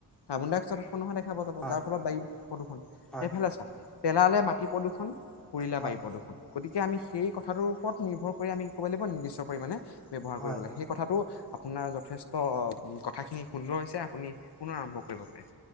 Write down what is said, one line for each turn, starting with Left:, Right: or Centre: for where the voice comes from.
Left: কাৰ্বন ডাই অক্সাইডৰ উৎপন্ন হোৱা। দে খাব যাব।
Centre: হয়
Left: যাৰ ফলত বায়ু প্ৰদূষণ
Centre: হয়
Left: এইফালে চক পেলালে মাটি প্ৰদূষণ। কৰিলা
Centre: হয়
Left: বায়ু প্ৰদূৰষণ। গতিকে আমি সেই কথাটোৰ ওপৰত নিৰ্ভৰ কৰি আমি ক'ব লাগিব। নিৰ্দিষ্ট পৰিমাণে ব্যৱহাৰ
Centre: হয়
Left: কৰিব লাগে। সেই কথাটো আপোনাৰ যথেষ্ট অ। কথাখিনি সুন্দৰ হৈছে। আপুনি পুনৰ আৰম্ভ কৰিব পাৰে।